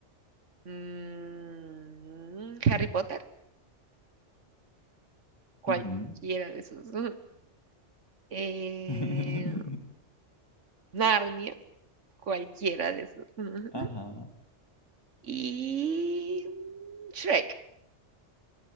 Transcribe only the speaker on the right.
mm, Harry Potter, cualquiera
de esos, <laughs> eh,
Narnia, cualquiera de esos, <laughs>
y mm, Shrek, <laughs>